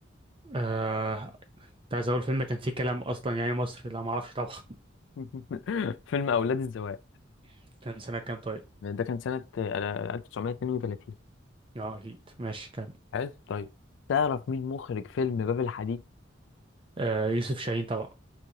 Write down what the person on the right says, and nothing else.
آه... كنت عايز اقول فيلم كان فيه كلام اصلا يعني مصري لا ما اعرفش طبعا
<laughs> كان سنة كام طيب
اه اكيد ماشي كام
آه... يوسف شاهين طبعا